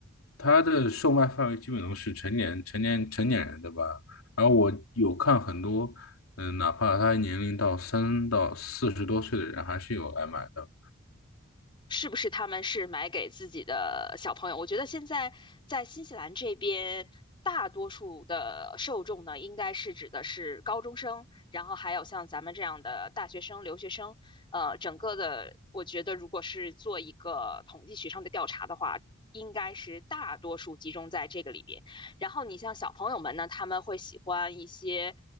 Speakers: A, on the left; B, on the left.
A: 他的售卖范围基本都是成年成年成年人的吧。然后我有看很多，嗯、哪怕他年龄到三到四十多岁的人，还是有来买的。
B: 是不是他们是买给自己的小朋友？我觉得现在在新西兰这边，大多数的受众呢，应该是指的是高中生，然后还有像咱们这样的大学生、留学生。呃，整个的，我觉得如果是做一个统计学上的调查的话，应该是大多数集中在这个里边。然后你像小朋友们呢，他们会喜欢一些